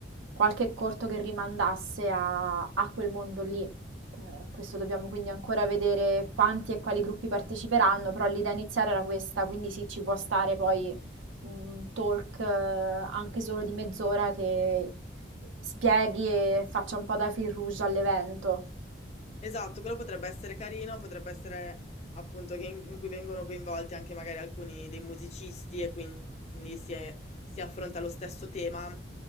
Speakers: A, on the right; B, on the left.
A: qualche corto che rimandasse a, a quel mondo lì. Eh, questo dobbiamo quindi ancora vedere quanti e quali gruppi parteciperanno, però l'idea iniziale era questa, quindi sì, ci può stare poi un talk eh, anche solo di mezz'ora che spieghi e faccia un po' da fil rouge all'evento.
B: Esatto, quello potrebbe essere carino, potrebbe essere appunto che in, in cui vengono coinvolti anche magari alcuni dei musicisti e quindi si, è- si affronta lo stesso tema